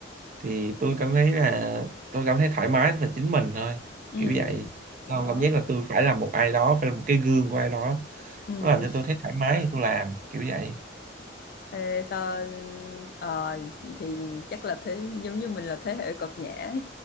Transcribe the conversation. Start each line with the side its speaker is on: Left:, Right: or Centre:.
Right: thì tôi cảm thấy là tôi cảm thấy thoải mái là chính mình thôi
Left: Ừ,
Right: kiểu vậy
Left: thì
Right: không
Left: đó.
Right: cảm giác là tôi phải là một ai đó phải là một cái gương của ai đó
Left: Ừ.
Right: nó làm cho tôi thấy thoải mái thì tôi làm kiểu vậy
Left: Ê, sao ờ, vậy thì chắc là thế giống như mình là thế hệ cợt nhã.